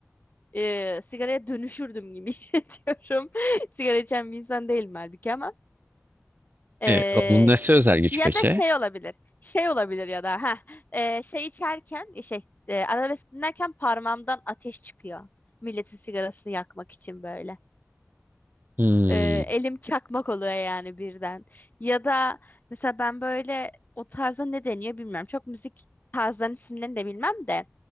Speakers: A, on the left; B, on the right.
A: e, sigaraya dönüşürdüm gibi <laughs> hissediyorum. Sigara içen bir insan değilim halbuki ama. Ee,
B: E, onun nesi özel güç
A: ya
B: peki?
A: da şey olabilir. Şey olabilir ya da ha şey içerken e, şey e, arabesk dinlerken parmağımdan ateş çıkıyor. Milletin sigarasını yakmak için böyle.
B: Hmm,
A: Ee, elim çakmak oluyor yani birden. Ya da mesela ben böyle o tarza ne deniyor bilmiyorum. Çok müzik tarzlarının isimlerini de bilmem de